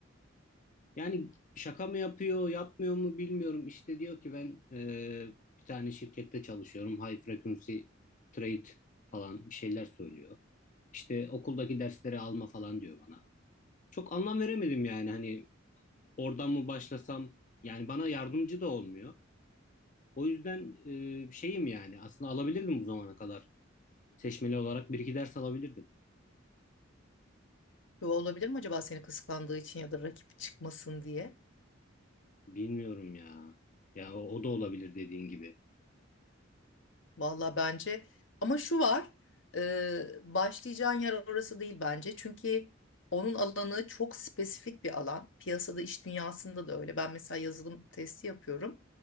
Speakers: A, on the left; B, on the left.
A: Yani şaka mı yapıyor, yapmıyor mu bilmiyorum. İşte diyor ki ben e, bir tane şirkette çalışıyorum. High frequency trade falan bir şeyler söylüyor. İşte okuldaki dersleri alma falan diyor bana. Çok anlam veremedim yani hani oradan mı başlasam yani bana yardımcı da olmuyor. O yüzden e, şeyim yani aslında alabilirdim bu zamana kadar. Seçmeli olarak bir iki ders alabilirdim.
B: Bu olabilir mi acaba seni kıskandığı için ya da rakip çıkmasın diye?
A: Bilmiyorum ya. Ya o, o da olabilir dediğin gibi.
B: Valla bence ama şu var e, başlayacağın yer orası değil bence çünkü onun alanı çok spesifik bir alan piyasada iş dünyasında da öyle ben mesela yazılım testi yapıyorum